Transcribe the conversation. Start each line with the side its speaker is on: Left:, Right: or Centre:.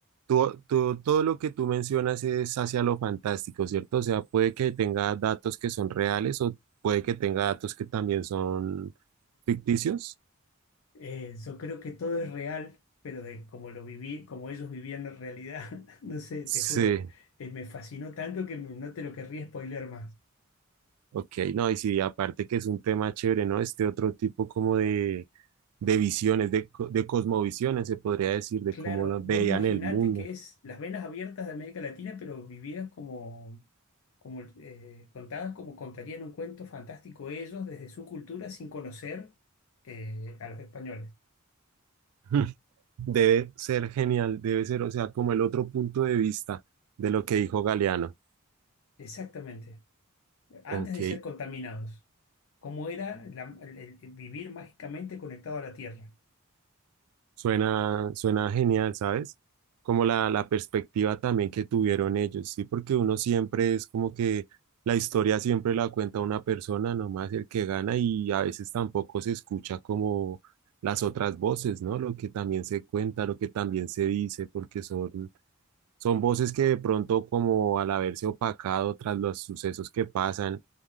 Right: Tú- tú- todo lo que tú mencionas es hacia lo fantástico, ¿cierto? O sea, puede que tenga datos que son reales o puede que tenga datos que también son ficticios.
Left: Eh, yo creo que todo es real, pero de como lo viví, como ellos vivían en realidad, <laughs> no sé,
Right: Sí,
Left: te juro, eh, me fascinó tanto que no te lo querría spoiler más.
Right: ok, no, y sí, aparte que es un tema chévere, ¿no? Este otro tipo como de, de visiones, de, co- de cosmovisiones, se podría decir, de
Left: Claro,
Right: cómo lo veían
Left: vos imaginate
Right: el mundo.
Left: que es las venas abiertas de América Latina, pero vividas como, como eh, contadas como contarían un cuento fantástico ellos desde su cultura sin conocer eh, a los españoles.
Right: <laughs> Hmm, Debe ser genial, debe ser, o sea, como el otro punto de vista de lo que dijo Galeano.
Left: Exactamente, antes
Right: Ok,
Left: de ser contaminados. Cómo era la- el- el vivir mágicamente conectado a la tierra.
Right: Suena, suena genial, ¿sabes? Como la, la perspectiva también que tuvieron ellos, ¿sí? Porque uno siempre es como que la historia siempre la cuenta una persona, nomás el que gana, y a veces tampoco se escucha como las otras voces, ¿no? Lo que también se cuenta, lo que también se dice, porque son, son voces que de pronto como al haberse opacado tras los sucesos que pasan,